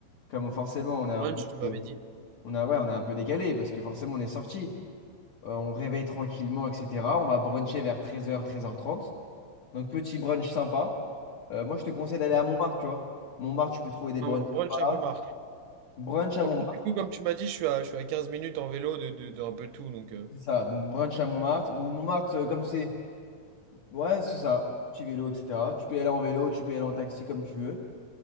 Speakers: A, on the left; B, on the right.
A: Comme forcément, on
B: un
A: est
B: brunch,
A: un peu,
B: tu m'avais
A: euh,
B: dit.
A: on a, ouais, on est un peu décalé parce que forcément, on est sorti. Euh, on réveille tranquillement, etc. On va bruncher vers 13h, 13h30. Donc, petit brunch sympa. Euh, moi, je te conseille d'aller
B: Ouais.
A: à Montmartre, tu vois. Montmartre, tu peux trouver des
B: Un
A: brunchs
B: brunch
A: sympas.
B: à Montmartre.
A: Brunch à Montmartre.
B: Du coup, comme tu m'as dit, je suis à, je suis à 15 minutes en vélo de, de, de un peu tout. Donc, euh,
A: C'est ça, donc brunch à Montmartre. Ou Montmartre, euh, comme c'est. Ouais, c'est ça. Petit vélo, etc. Tu peux y aller en vélo, tu peux y aller en taxi comme tu veux.